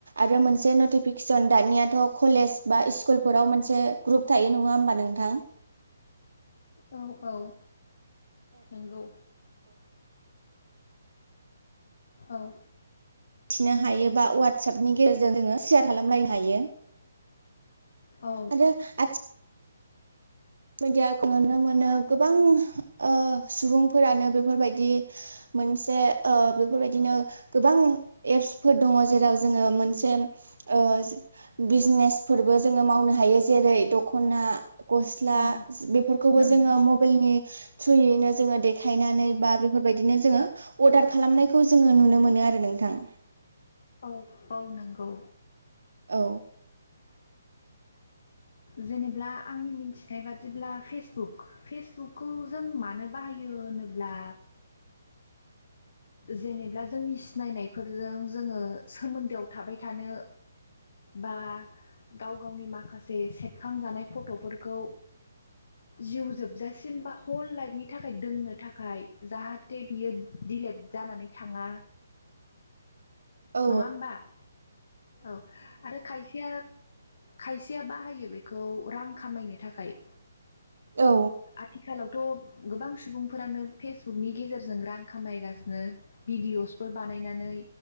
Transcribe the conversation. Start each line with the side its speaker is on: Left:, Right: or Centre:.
Right: आरो मोनसे नटिफिकेसन दानियाथ' कलेज बा स्कुलफोराव मोनसे ग्रुप थायो नङा होमबा नोंथां?
Left: औ औ नोंगौ। औ
Right: थिनो हायोबा वाट्सएपनि गेजेरजों जोङो सेयार खालामल लाय हायो‌
Left: औ
Right: आरो आथिक मिडियाखौ नुनो मोनो गोबां ओ सुबुंफोरानो बेफोरबायदि मोनसे ओ बेफोरबायदिनो गोबां एप्सफोर दङ जेराव जोङो मोनसेम ओ बिजनेसफोरबो जोङो मावनो हायो जेरै दखना गस ला
Left: नंगौ
Right: बेफोरखौबो
Left: नंगौ
Right: जोङो मबाइलनि थ्रुयैनो जोङो देखायनानै बा बेफोरबायदिनो जोङो अर्डार खालामनायखौ जोङो नुनो मोनो आरो नोंथां।
Left: औ औ नंगौ।
Right: औ।
Left: जेनेब्ला आंनि मिथिनाय बादिब्ला फेसबुक फेसबुक खौ जों मानो बाहायो होनोब्ला जेनेब्ला जोंनि सिनायनायफोरजों जोङो सोमोन्दोआव थाबाय थानो बा गाव गावनि माखासे सेबखांजानाय फटफोरखौ जिउ जोबजासिम बा हल लाइफनि थाखाय दोननो थाखाय जाहाथे बियो दिलेट जानानै थाङा।
Right: औ
Left: नङा होमबा औ आरो खायसेया खायसेया बाहायो बेखौ रां खामायनो थाखाय।
Right: औ।
Left: आथिखालावथ गोबां सुबुंफोरानो फेसबुकनि गेजेरजों रां खामायगासिनो। भिडिअ'सफोर बानायनानै